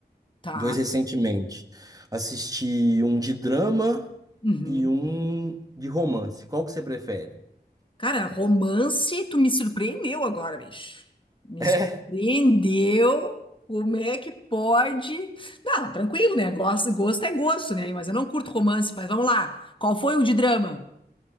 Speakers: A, on the left; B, on the right.
A: Tá.
B: dois recentemente. Assisti um de drama
A: Uhum.
B: e um de romance. Qual que você prefere? <laughs>
A: Cara, romance, tu me surpreendeu agora, bicho. Me
B: É,
A: surpreendeu. Como é que pode? Não, tranquilo, né? Gosto, gosto é gosto, né? Mas eu não curto romance, mas vamos lá. Qual foi o de drama?